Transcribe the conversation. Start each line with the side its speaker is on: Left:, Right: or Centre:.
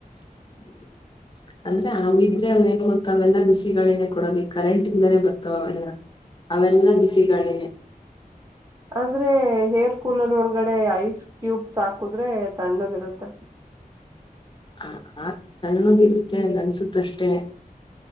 Left: <unintelligible> ಅಂದ್ರೆ ಅವ ಇದ್ರೆ ಅವೇಂಗ ಗೊತ್ತ ಅವೆಲ್ಲ ಬಿಸಿಗಳನೆೇ ಕೊಡೋದು ಕರೆಂಟ್ ಇಂದಾನೇ ಬರ್ತಾವ ಅವೆಲ್ಲ ಅವೆಲ್ಲ ಬಿಸಿಗಾಳಿನೆ
Right: ಅಂದ್ರೆ ಹೇರ್ ಕೂಲರ್ ಒಳಗಡೆ ಐಸ್ ಕ್ಯೂಬ್ಸ್ ಹಾಕುದ್ರೆ ತಣ್ಣಗಿರುತ್ತೆ
Left: ಆ ಆ ಸಣ್ಣಗಿರುತ್ತೆ ಅನ್ಸುತ್ತ ಅಷ್ಟೆ